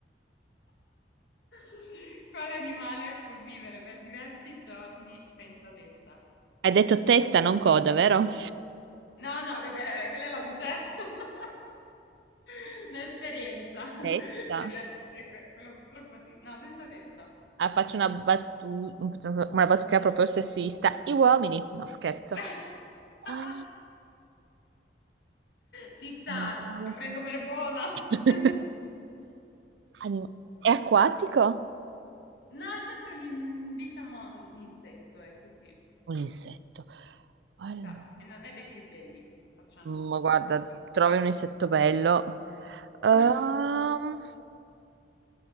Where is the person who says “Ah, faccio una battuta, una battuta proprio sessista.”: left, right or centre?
Right